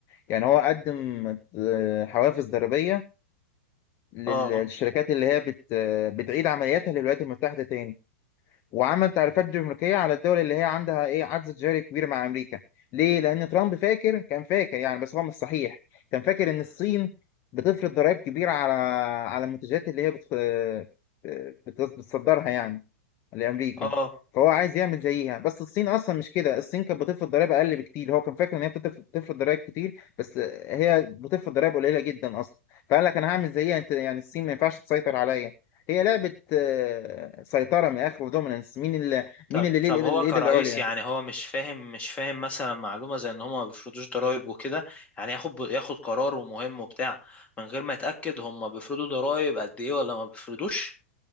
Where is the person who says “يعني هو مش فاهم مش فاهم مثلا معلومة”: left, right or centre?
Left